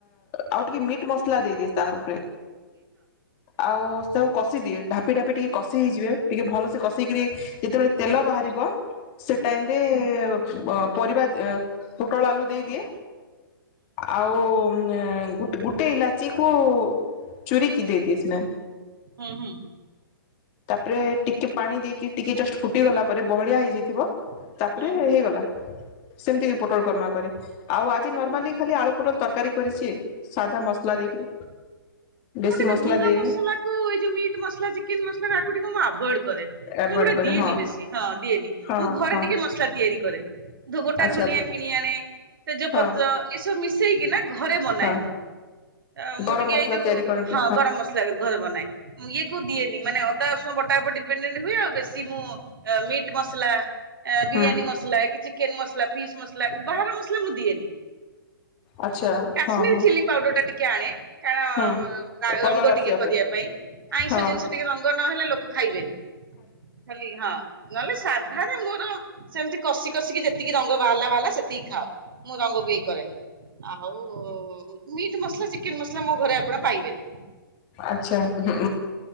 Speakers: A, on the left; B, on the right.
A: ଆଉ ଟିକେ ମିଟ୍ ମସଲା ଦେଇଦିଏ ତା ଉପରେ ଆଉ ସବୁ କଷିଦିଏ ଢାପି ଢାପି ଟିକେ କଷି ହେଇଯିବେ ଟିକେ ଭଲ କଷେଇକିରି ଯେତେବେଳେ ତେଲ ବାହାରିବ ସେ ଟାଇମରେ ଅ ପରିବା <unintelligible> ପୋଟଳ ଆଲୁ ଦେଇଦିଏ ଆଉ ଗୁଟ୍ ଗୁଟେ ଇଲାଚି କୁ ଚୁରି କି ଦେଇଦିଏ ସିନା
B: ହୁଁ ହୁଁ
A: ତାପରେ ଟିକେ ପାଣି ଦେଇକି ଟିକେ ଜଷ୍ଟ ଫୁଟିଗଲା ପରେ। ବହଳିଆ ହେଇଯାଇଥିବ
B: ହୁଁ
A: ତାପରେ
B: ହୁଁ
A: ହେଇଗଲା ସେମିତି ପୋଟଳକର୍ମା କରେ। ଆଉ ଆଜି
B: ହୁଁ
A: ନର୍ମାଲି ଖାଲି ଆଳୁ ପୁଟଲ ତରକାରୀ କରିଚି ସାଧା ମସଲା ଦେଇକିରି।
B: ମୁଁ
A: ବେଶୀ
B: ଟିକେ
A: ମସଲା
B: ଗୁଣ୍ଡ
A: ଦେଇନି
B: ମସଲା କୁ ଏଇ ଯୋଉ ମିଟ ମସଲା ଚିକେନ ମସଲା ତାକୁ ଟିକେ ମୁଁ ଆଭୋଏଡ଼ କରେ ମୁଁ
A: ଆଭଏଡ
B: ଏଗୁଟା
A: କରେ
B: ଦିଏନି
A: ହଁ
B: ବେଶୀ ହଁ ଦିଏନି
A: ହଁ
B: ମୁଁ ଘରେ
A: ହଁ
B: ଟିକେ ମସଲା ତିଆରି କରେ। ଧ ଗୋଟା
A: ଆଚ୍ଛା
B: ଧନିଆ କିଣି ଆଣେ ତେଜପତ୍ର
A: ହଁ
B: ଏସବୁ ମିଶ ସେଇ କି ନା ଘରେ ମନାଏ
A: ହଁ
B: ମୁଁ ତ ମୁଁ
A: ଗରମ
B: ଟିକେ
A: ମସଲା
B: ଏଇ ଯୋଉ
A: ତିଆରି କରନ୍ତି
B: ହଁ ଗରମ ମସଲା ଘରେ ବନାଏଁ ଇଏ କୋ ଦିଏନି ମାନେ ଅଦା ବଟା ଉପରେ ଡିପେଣ୍ଡେଣ୍ଟ ହୁଏ ଆଉ ବେଶୀ ମୁଁ ମିଟ୍ ମସଲା ବିରିୟାନୀ
A: ହୁଁ
B: ମସଲା କି ଚିକେନ ମସଲା ଫିସ୍ ମସଲା ବାହାର ମସଲା ମୁଁ ଦିଏନି
A: ଆଚ୍ଛା
B: କାଶ୍ମୀରୀ
A: ହଁ ହଁ
B: ଚିଲି ପାଉଡର ଟା ଟିକେ ଆଣେ କାରଣ
A: ହୁଁ କଲର
B: ରଙ୍ଗ
A: ଆସିବା
B: ଟିକେ କରିବା ପାଇଁ ଆଇଁଷ
A: ହଁ
B: ଜିନିଷ ଟିକେ ରଙ୍ଗ ନ ହେଲେ ଲୋକ ଖାଇବେନି ଖାଲି ହଁ ନହେଲେ ସାଧାରେ ମୋର ସେମତି କଷି କଷିକି ଯେତିକି ରଙ୍ଗ ବାହାରିଲା ବାହାରିଲା ସେତିକି ଖାଅ ମୁଁ ରଙ୍ଗକୁ ଏଇ କରେନି ଆଉ ମିଟ୍ ମସଲା ଚିକେନ ମସଲା ମୋ ଘରେ ଆପଣ ପାଇବେନି
A: ଆଛା ହଁ